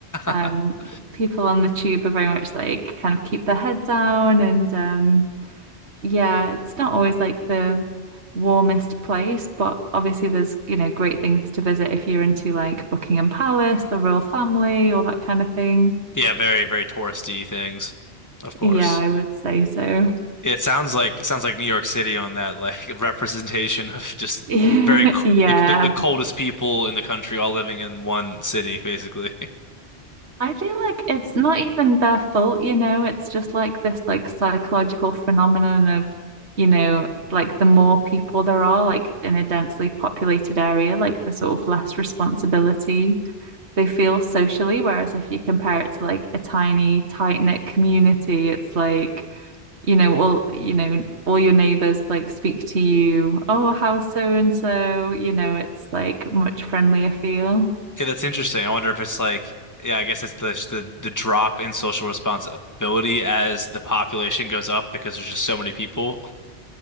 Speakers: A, on the right; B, on the left.
A: Um,
B: <laughs>
A: people on the tube are very much like kind of keep their head down and um yeah, it's not always like the warmest place, but obviously there's, you know, great things to visit if you're into like Buckingham Palace, the royal family, all that kind of thing.
B: Yeah, very very touristy things, of course.
A: Yeah, I would say so.
B: It sounds like it sounds like New York City on that like <laughs> representation of just
A: <laughs>
B: very c-
A: Yeah.
B: the, the the coldest people in the country all living in one city basically. <laughs>
A: I feel like it's not even their fault, you know, it's just like this like psychological phenomenon of, you know, like the more people there are like in a densely populated area, like the sort of less responsibility they feel socially. Whereas if you compare it to like a tiny, tight-knit community, it's like, you know, all you know, all your neighbors like speak to you, oh, how's so and so? You know, it's like much friendlier feel.
B: Yeah, that's interesting. I wonder if it's like yeah, I guess it's the the the drop in social responsibility as the population goes up because there's just so many people